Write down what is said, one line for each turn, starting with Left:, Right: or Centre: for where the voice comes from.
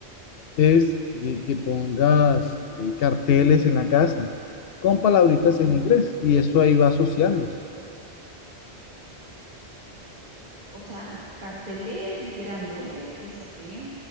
Left: es eh, que pongas eh, carteles en la casa con palabritas
Right: La-
Left: en inglés y eso ahí va asociándose.
Right: O sea, carteles grandotes que se vean